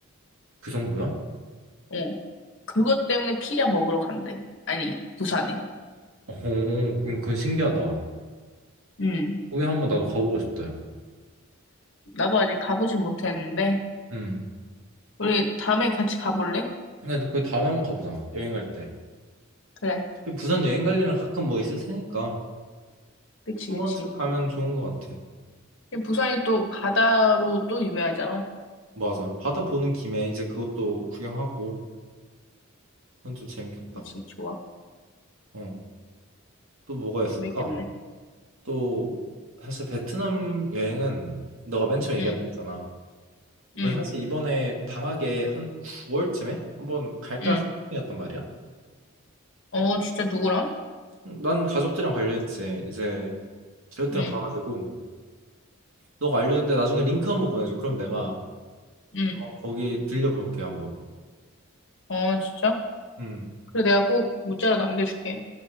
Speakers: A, on the right; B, on the left.
A: 그 정도야?
B: 어. 그것 때문에 피자 먹으러 간대. 아니, 부산에.
A: 어, 음, 그건 신기하다.
B: 음.
A: 거기 한번 나도 가보고 싶다, 야.
B: 나도 아직 가보진 못했는데
A: 음.
B: 우리 다음에 같이 가볼래?
A: 근데 거기 다음에 한번 가보자. 여행 갈 때.
B: 그래.
A: 그 부산 여행 갈 일은 가끔 뭐 있을 테니까.
B: 그치,
A: 한
B: 그치.
A: 번씩 가면 좋은 것 같아.
B: 부산이 또 바다로 또 유명하잖아.
A: 맞아. 바다 보는 김에 이제 그것도 구경하고. 그건 좀 재밌겠다.
B: 그치, 좋아.
A: 어. 또 뭐가 있을까?
B: 재밌겠네.
A: 또, 사실 베트남 여행은 너가 맨 처음 얘기한
B: 응,
A: 데 있잖아. 거의
B: 응,
A: 사실 이번에 방학에 한 9월쯤에 한번 갈까
B: 응.
A: 생각 중이었단 말이야.
B: 어, 진짜 누구랑?
A: 음, 난 가족들이랑 갈려 했지. 이제 가족들이랑
B: 응,
A: 가가지고 너가 알려준 데 나중에 링크 한번 보내줘. 그럼 내가
B: 응.
A: 아마 거기 들려볼게 한번.
B: 어, 진짜?
A: 음,
B: 그래, 내가 꼭 문자로 남겨줄게.